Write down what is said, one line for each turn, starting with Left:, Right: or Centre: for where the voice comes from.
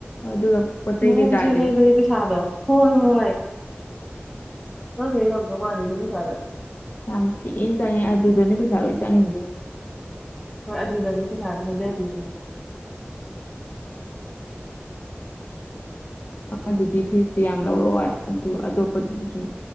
Left: ꯑꯗꯨꯒ ꯄꯣꯠ ꯆꯩ
Centre: ꯃ
Left: ꯀꯩꯀꯥꯒꯤꯗꯣ
Centre: ꯆ ꯂꯩꯕꯗꯤ ꯁꯥꯗ ꯍꯣꯏ ꯍꯣꯏ ꯃꯥ ꯃ ꯉꯗ ꯃꯥꯅꯤꯗꯃꯤ ꯆꯗ
Left: ꯌꯥꯝ ꯊꯤꯏꯅ ꯆꯪꯉꯦ ꯑꯗꯨꯗꯅꯤ ꯄꯩꯁꯥ ꯂꯣꯏ ꯆꯪꯗ
Centre: ꯍꯣꯏ ꯑꯗꯨꯗꯅꯦ ꯄꯩꯁꯥꯅ ꯍꯥꯏꯖꯗꯣꯏꯁꯦ
Left: ꯑꯗꯨꯗꯤ ꯐꯤꯁꯇꯤ ꯌꯥꯝ ꯂꯧꯔꯛꯑꯣꯏ ꯑꯗꯨ ꯑꯇꯣꯞꯄꯗꯨꯗꯤ ꯁꯨꯝ